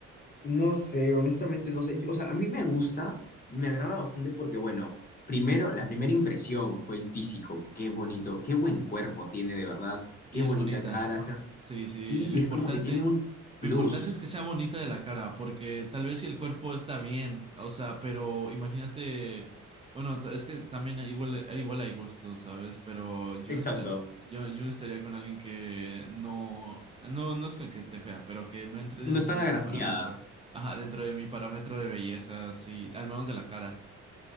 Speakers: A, on the left; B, on the right.
A: no sé, honestamente no sé. O sea, a mí me gusta, me agrada bastante porque, bueno, primero, la primera impresión fue el físico. Qué bonito, qué buen cuerpo tiene de verdad,
B: Y
A: qué bonita
B: es bonita.
A: cara. O sea,
B: Sí,
A: sí,
B: sí. Lo
A: es
B: importante,
A: como que tiene un plus.
B: lo importante es que sea bonita de la cara, porque tal vez si el cuerpo está bien, o sea, pero imagínate, bueno, ta- es que también igual, igual hay gustos, ¿sabes? Pero yo
A: Exacto.
B: no estaría, yo, yo no estaría con alguien que no, no, no es que que esté fea, pero que no entre
A: No
B: dentro
A: es tan agraciada.
B: de mi parámetro, ajá, dentro de mi parámetro de belleza, sí, al menos de la cara.